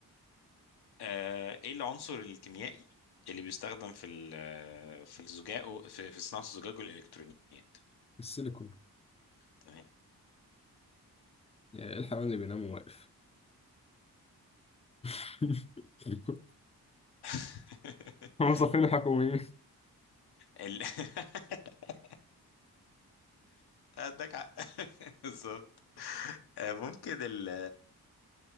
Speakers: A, on the left (about 75°); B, on the left (about 15°).
A: آه ايه العنصر الكيميائي اللي بيستخدم في ال- في الزجاج و- في في صناعه الزجاج والالكترونيات
B: السيليكون
A: تمام
B: يعني إيه الحيوان اللي بينام واقف؟ <laughs>
A: <laughs>
B: موظفين الحكوميين
A: ال... <laughs> عندك حق <laughs> بالظبط آه، ممكن ال